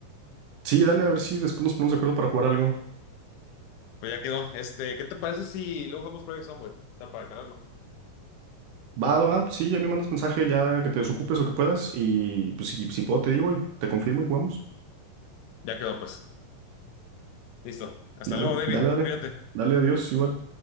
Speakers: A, on the right (about 80°); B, on the left (about 80°).
A: Sí, dale, a ver si después nos ponemos de acuerdo para jugar algo.
B: Pues ya quedó. Este, ¿qué te parece si luego jugamos Project Zomboid? Está para calarlo.
A: Va, va, va, sí, ya me mandas mensaje, ya que te desocupes o que puedas, y pues si, si puedo te digo y te confirmo y jugamos.
B: Ya quedó, pues. Listo. Hasta
A: Dale,
B: luego, David.
A: dale, dale,
B: Cuídate.
A: dale, adiós, igual.